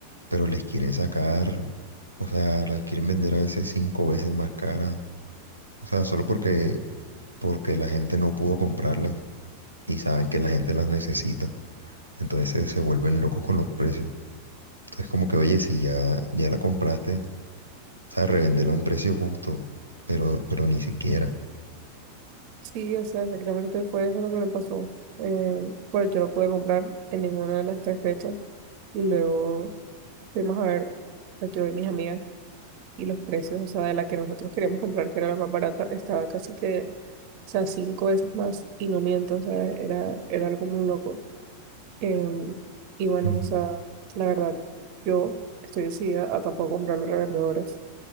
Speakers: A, on the right (about 85°); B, on the right (about 45°).
A: pero les quieren sacar, o sea, las quieren vender a veces cinco veces más caras. O sea, solo porque, porque la gente no pudo comprarlas y saben que la gente las necesita. Entonces se, se vuelven locos con los precios. Entonces como que, oye, si ya, ya la compraste, o sea, revéndela a un precio justo, pero, pero ni siquiera.
B: Sí, o sea, exactamente fue eso lo que me pasó. Eh, pues yo no pude comprar en ninguna de las tres fechas y luego fuimos a ver, pues, yo y mis amigas y los precios, o sea, de la que nosotros queríamos comprar, que era la más barata, estaba casi que, o sea, cinco veces más y no miento, o sea, era, era algo muy loco. Em, y bueno,
A: Mm,
B: o sea, la verdad, yo estoy decidida a tampoco comprar los revendedores